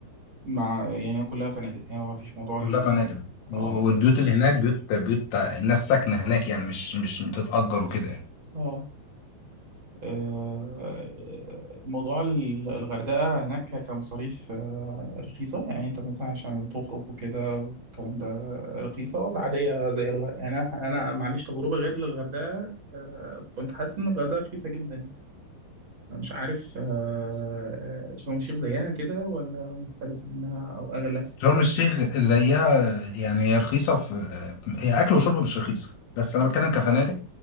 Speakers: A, on the right; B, on the left.
A: مع يعني كلها فنادق يعني ما فيش موضوع ال...
B: كلها فنادق و-
A: اه ما فيش
B: والبيوت اللي هناك بيوت بيوت الناس ساكنة هناك يعني مش مش بتتأجر وكده يعني
A: اه آه، موضوع ال- الغردقة هناك ك- كمصاريف آه، رخيصة يعني انت مثلا عشان تخرج وكده والكلام ده رخيصة ولا عادية زي الغردقة يعني انا أنا معليش تجربة غير للغردقة آه، كنت حاسس ان الغردقة رخيصة جدا أنا مش عارف آه، آه، شرم الشيخ زيها كده ولا مختلفة منها او اغلى
B: شرم الشيخ زيها يعني هي رخيصة في آه، هي أكل وشرب مش رخيصة بس أنا بتكلم كفنادق
A: اه